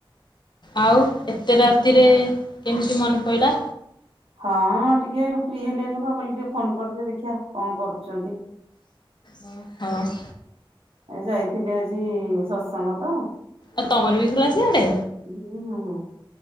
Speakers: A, on the left (about 50°); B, on the right (about 75°).
A: ଆଉ ଏତେ ରାତିରେ କେମିତି ମନେ ପଡ଼ିଲା?
B: ହଁ ଟିକେ ଫି ହେଲେନୁ କ କହିଲେ ଟିକେ ଫୋନ କରିଦି ଦେଖିବା କଣ କରୁଛନ୍ତି?
A: ହ ହଁ।
B: ଆ ଯାଇଥିଲି ଆଜି ଶତ୍ସଙ୍ଗ ତ
A: ଆଉ ତମର ବି ସିଆଡେ
B: ହୁଁ ହଁ।